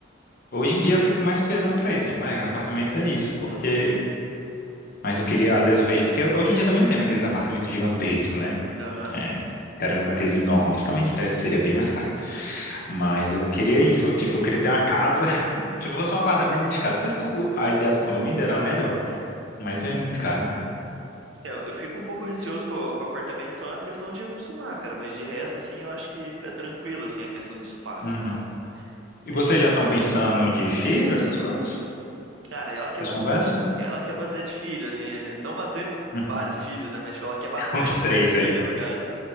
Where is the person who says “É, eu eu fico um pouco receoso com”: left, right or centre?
Right